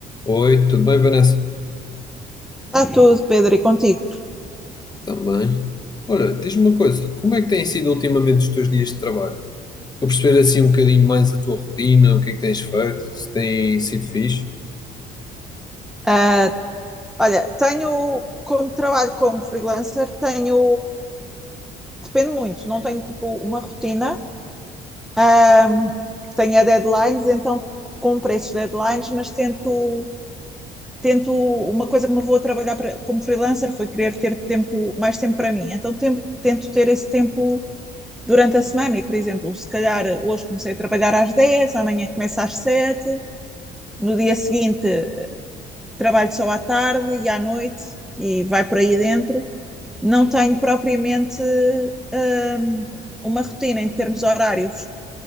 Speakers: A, on the left; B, in the centre.
A: Oi, tudo bem, Vanessa?
B: Está tudo, Pedro, e contigo.
A: Também. Olha, diz-me uma coisa, como é que têm sido ultimamente os teus dias de trabalho? Para perceber assim um bocadinho mais a tua rotina, o que é que tens feito, se tem sido fixe.
B: Ah, olha, tenho, como trabalho como freelancer, tenho, depende muito, não tenho tipo uma rotina, ah, tenho a deadlines, então cumpro esses deadlines, mas tento, tento, uma coisa que me vou a trabalhar para, como freelancer foi querer ter tempo, mais tempo para mim, então tem- tento ter esse tempo durante a semana e, por exemplo, se calhar hoje comecei a trabalhar às 10, amanhã começo às 7, no dia seguinte trabalho só à tarde e à noite e vai por aí dentro. Não tenho propriamente hum, uma rotina em termos horários.